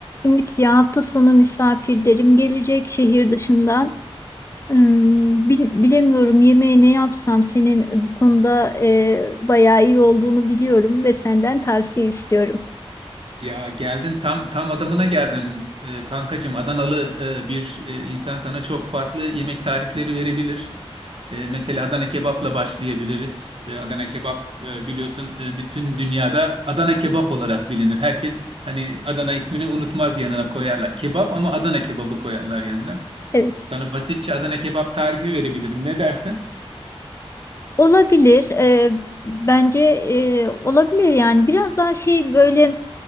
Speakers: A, on the left (about 25°); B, on the right (about 60°).
A: Ümit ya hafta sonu misafirlerim gelecek şehir dışından. Im, bil- bilemiyorum yemeğe ne yapsam senin bu konuda e, bayağı iyi olduğunu biliyorum ve senden tavsiye istiyorum.
B: Ya geldin tam tam adamına geldin e, kankacığım. Adanalı e, bir e, insan sana çok farklı yemek tarifleri verebilir. E, mesela Adana kebapla başlayabiliriz. E, Adana kebap e, biliyorsun e, bütün dünyada Adana kebap olarak bilinir. Herkes hani Adana ismini unutmaz yanına koyarlar. Kebap ama Adana kebabı koyarlar yanına.
A: Evet.
B: Sana basitçe Adana kebap tarifi verebilirim. Ne dersin?
A: Olabilir. e, bence e, olabilir yani biraz daha şey böyle